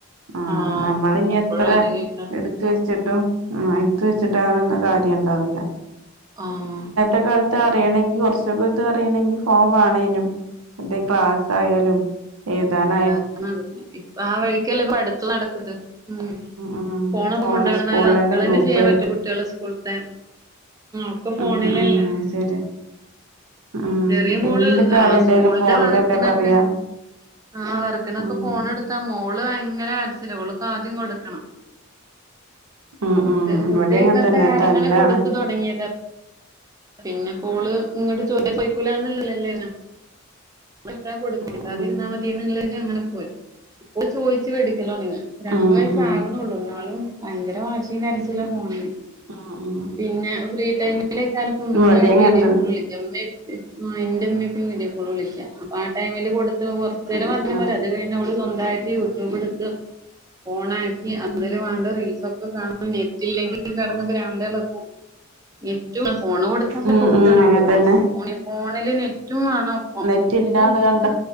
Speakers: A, on the right; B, on the right.
A: ആ
B: ആഹ്
A: നമ്മൾ ഇനി
B: അപ്പഴാ
A: എത്ര
B: അധികഴിക്കാറ്
A: എടു ഇട്ത്ത് വെച്ചിട്ടും ഇട്ത്ത് വെച്ചിട്ട് അതൊണ്ട് കാര്യം ഉണ്ടാവില്ല.
B: ആഹ.
A: ഈ കാലത്ത് അറിയണെങ്കിൽ കുറച്ചക്കെ ഇത് അറിയണെങ്കിൽ ഫോം വണേന്നും. മറ്റേ ക്ലാസ് ആയാലും. എഴുതാൻ
B: അല്ല നട ഇപ്പ ആ വഴിക്കല്ലേ ഇപ്പ അടുത്ത് നടക്കത് ഉം
A: ഉം
B: ഫോണൊക്ക
A: ഫോണ്
B: കൊണ്ട്നടന്നാൽ
A: സ്കൂളിലന്നെ
B: വർകളെന്നെ
A: ഗ്രൂപ്പ്
B: ചെയ്യാൻ പറ്റെ കുട്ടിളെ സ്കൂൾത്തെ ഇപ്പോ ഫോണിലല്ലേ
A: ഉം ഉം ശരി ഉം
B: ചെറിയ മോള്
A: എന്ത് കാര്യം
B: ആ
A: ഇണ്ടേലും
B: സ്കൂളിന്റെ
A: ഫോണിലല്ലേ
B: വർക്ക് <unintelligible>
A: പറയാ
B: ആ വർക്കിനൊക്കെ
A: ഉം
B: ഫോൺ എടുത്താ മോള് ഭയങ്കര കരച്ചിലാ ഓൾക്ക് ആദ്യം കൊടുക്കണം. <inaudible>
A: ഉം
B: ഫുഡ്
A: ഉം
B: ഫുഡ്
A: ഇവിടേം
B: കഴിക്കാത്ത
A: അങ്ങനെ തന്നെ
B: കാരണം
A: തല്ലാണ്
B: ഇങ്ങനെ കൊടുത്ത് താെടങ്ങേത് പിന്നെപ്പോള് ഇങ്ങട് ചോയ് ചോദിക്കൂലാന്ന്ള്ള ല്ലെല്ലേനോ മറ്റേ കൊടുക്കാതിരുന്നാ
A: ഉം ഉം
B: മത്യയ് എന്നുള്ള്നാ അങ്ങനെ പോയി ഇപ്പോ ഓള് ചോയ്ച്ച് വേടിക്കലൊണ്ടങ്ങി രണ്ടു
A: ഉം
B: വയസാവ്ണാെള്ളൂ
A: ഉം
B: ഇന്നാലും ഭയങ്കര വാശിയും കരച്ചിലോഫോണിന്
A: ഉം ഉം
B: പിന്നെ ഫ്രീ ടൈമിലേക്കാരം ഇപ്പ
A: ഇവിടേം
B: ഇമ്മേ വീഡിയോ
A: അങ്ങനെ തന്നെ
B: കോള് വിളിക്ക് ന്റെ ഇമ്മിം ഇപ്പിം ഉം ഇന്റെ ഇമ്മിം ഇപ്പിംവീഡിയോ കോൾ വിളിക്കാ അപ്പൊ ആ ടൈമില് കൊട് ത്തോ കൊറ്ച്ചേരം
A: ഉം
B: വർത്താനം
A: ആഹ്
B: പറ്യാ അത് കഴിഞ്ഞ അവള് സ്വന്തായിട്ട് യൂട്യൂബ് ഇട്ത്ത് ഓണാക്കി
A: ഉം
B: അതില് വാണ്ട റീൽസ് ഒക്ക കാണും നെറ്റ് ഇല്ലെങ്കി കെടന്ന് ഭ്രാന്ത് എളകും റ്റു ഫോണ് കൊടുത്താത്തപ്പ
A: ഉം
B: കുട്ട്യാൾക്ക്
A: ഉം അങ്ങനെ തന്നെ
B: ഫോണ് ഫോണില് നെറ്റും വേണം ഒപ്പം
A: റ്റില്ലാന്ന് വ
B: ഉം